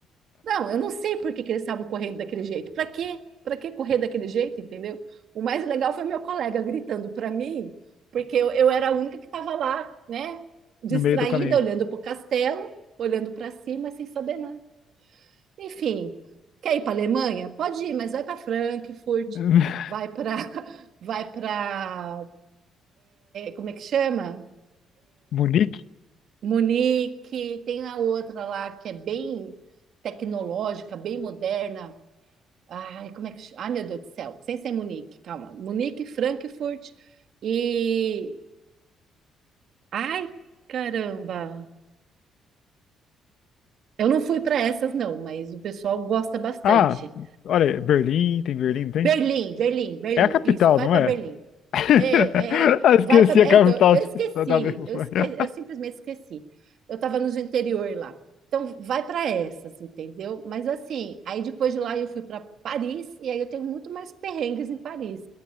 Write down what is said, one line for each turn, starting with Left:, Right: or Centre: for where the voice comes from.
Right: Não, eu não sei por que que eles estavam correndo daquele jeito. Para quê? Para que correr daquele jeito, entendeu? O mais legal foi meu colega gritando para mim, porque eu, eu era a única que estava lá, né? Distraída,
Left: no meio do caminho?
Right: olhando para o castelo, olhando para cima, sem saber nada. Enfim, quer ir para a Alemanha? Pode ir, mas vai para Frankfurt,
Left: <laughs>
Right: vai para, <laughs> vai para, como é que chama?
Left: Munique?
Right: Munique, tem a outra lá que é bem tecnológica, bem moderna. Ai, como é que. ch- Ai, meu Deus do céu. Sem ser Munique, calma. Munique, Frankfurt e. Ai, caramba. Eu não fui para essas, não, mas o pessoal gosta bastante.
Left: Ah, olha, Berlim, tem Berlim, não tem?
Right: Berlim, Berlim, Berlim.
Left: É a capital,
Right: Isso, vai
Left: não
Right: para
Left: é?
Right: Berlim.
Left: <laughs>
Right: É, é,
Left: Ah, Esqueci
Right: vai para.
Left: a
Right: É,
Left: capital
Right: então, eu
Left: de-
Right: esqueci.
Left: da Alemanha.
Right: Eu esqueci, eu simplesmente esqueci. Eu estava no interior lá. Então, vai para essas, entendeu? Mas assim, aí depois de lá eu fui para Paris e aí eu tenho muito mais perrengues em Paris.